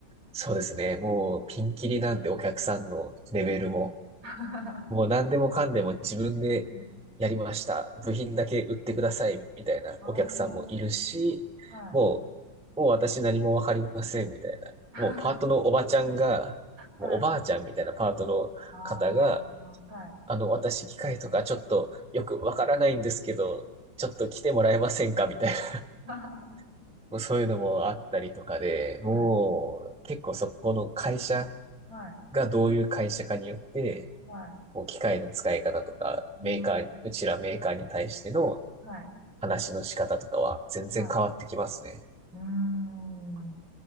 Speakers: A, in the centre; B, on the right (about 65°).
A: そうですね。もう、ピンキリなんで、お客さんのレベルも。
B: あ <laughs>
A: もう、何でもかんでも自分でやりました。
B: うん。
A: 部品だけ売ってください、みたいなお客さんもいるし、
B: ああ、はい。
A: もう、もう私何もわかりません、みたいな。
B: <laughs>
A: もう、パートのおばちゃんが、
B: はい。
A: もうおばあちゃんみたいなパートの方が、
B: ああ、はい。
A: あの、私、機械とかちょっとよくわからないんですけど、ちょっと来てもらえませんかみたいな。
B: <laughs>
A: <laughs> もうそういうのもあったりとかで、
B: はい。
A: もう結構そこの会社
B: はい。
A: がどういう会社かによって、
B: はい。
A: もう機械の使い方とか、
B: うん。
A: メーカー、うちらメーカーに対しての
B: はい。
A: 話の仕方とかは全然変わってきますね。
B: はい。うーん。